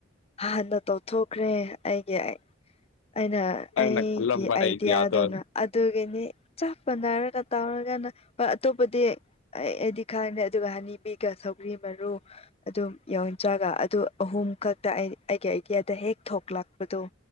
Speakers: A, on the left (about 30°); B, on the left (about 70°).
A: ꯍꯥꯟꯅ ꯇꯧꯊꯣꯛꯈ꯭ꯔꯦ ꯑꯩꯒꯤ ꯑꯩ ꯑꯩꯅ
B: ꯅꯪꯅ
A: ꯑꯩꯒꯤ
B: ꯈꯜꯂꯝꯕ
A: ꯑꯥꯏꯗꯤꯌꯥꯗꯨꯅ
B: ꯑꯥꯏꯗꯤꯌꯥꯗꯣ
A: ꯑꯗꯨꯒꯤꯅꯤ ꯆꯞꯄ ꯃꯅꯥꯔꯒ ꯇꯧꯔꯒꯥꯅ ꯍꯣꯏ ꯑꯇꯣꯞꯄꯗꯤ ꯑꯩ ꯑꯩꯗꯤ ꯈꯪꯗꯦ ꯑꯗꯨꯒ ꯍꯥꯅꯤꯕꯤꯒꯥ ꯁꯧꯒ꯭ꯔꯤ ꯃꯔꯨ ꯑꯗꯨꯝ ꯌꯣꯟꯆꯥꯒ ꯑꯗꯨ ꯑꯍꯨꯝ ꯈꯛꯇ ꯑꯩ ꯑꯩꯒꯤ ꯑꯥꯏꯗꯤꯌꯥꯗ ꯍꯦꯛ ꯊꯣꯛꯂꯛꯄꯗꯣ